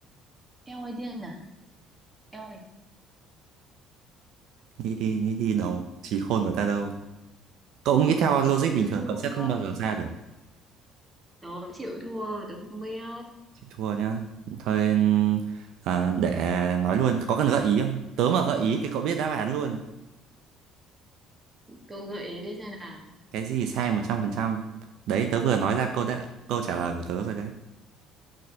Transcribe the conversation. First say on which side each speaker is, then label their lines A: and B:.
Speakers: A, on the right; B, on the right.
A: eo ơi điên à eo ơi
B: Nghĩ đi, nghĩ đi đầu,
A: không
B: trí khôn của ta đâu. Cậu nghĩ theo logic
A: chịu
B: bình thường
A: thua
B: cậu sẽ không bao giờ ra được.
A: tớ chịu thua tớ không biết
B: Chị thua nhá. Thôi ừm, à, để nói luôn, có cần gợi ý không? Tớ mà gợi ý thì cậu biết đáp án luôn.
A: cậu gợi ý đi xem nào
B: Cái gì sai 100%? Đấy, tớ vừa nói ra câu đã, câu trả lời của tớ rồi đấy.